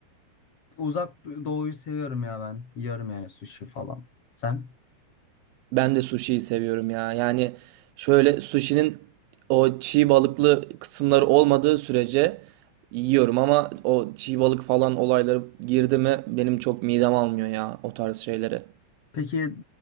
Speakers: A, on the left; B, on the right.
A: uzak doğuyu seviyorum ya ben. Yiyorum yani sushi falan. Sen?
B: Ben de sushi'yi seviyorum ya. Yani şöyle sushi'nin o çiğ balıklı kısımları olmadığı sürece yiyorum ama o çiğ balık falan olayları girdi mi benim çok midem almıyor ya o tarz şeyleri.
A: Peki